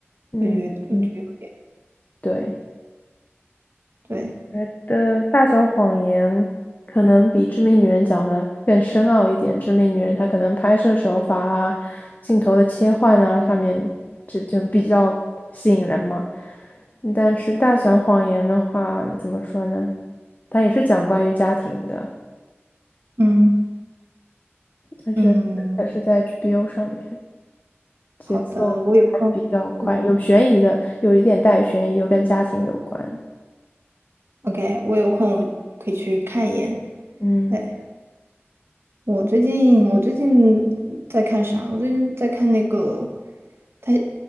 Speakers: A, on the left; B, on the right.
A: 嗯嗯，
B: 我觉得我觉得有点
A: 对。
B: 对，
A: 觉得《大小谎言》可能比《致命女人》讲的更深奥一点，《致命女人》她可能拍摄手法啊、镜头的切换啊上面就就比较吸引人嘛。但是《大小谎言》的话，怎么说呢？它也是讲关于家庭的，
B: 嗯
A: 我觉得它是在
B: 嗯，
A: HBO 上面，节奏还比较快，
B: 好的，我有空，我就
A: 有悬疑的，有一点带悬疑，又跟家庭有关。
B: OK，我有空我可以去看一眼。
A: 嗯。
B: 对。我最近我最近在看啥？我最近在看那个，他